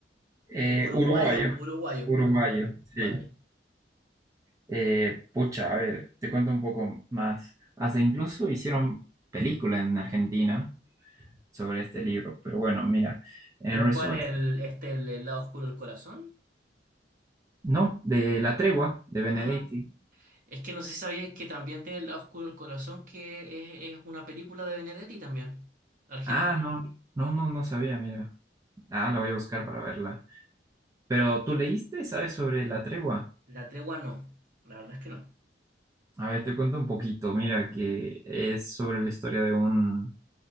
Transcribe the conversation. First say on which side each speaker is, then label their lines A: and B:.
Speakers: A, on the right; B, on the right.
A: Eh,
B: O uruguayo,
A: uruguayo.
B: uruguayo,
A: Uruguayo,
B: es uruguayo. Vale.
A: sí. Eh, pucha, a ver, te cuento un poco más. Hasta incluso hicieron película en Argentina sobre este libro, pero bueno, mira, en
B: ¿Pero
A: resumen.
B: cuál es el, este, el, el lado oscuro del corazón?
A: No, de La Tregua, de Benedetti.
B: Ah, es que no sé si sabías que también tiene el lado oscuro del corazón, que es, es una película de Benedetti también, Argentina.
A: Ah, no, no, no, no sabía, mira. Ah, la voy a buscar para verla. Pero tú leíste, ¿sabes sobre La Tregua?
B: La tregua no, la verdad es que no.
A: A ver, te cuento un poquito. Mira, que es sobre la historia de un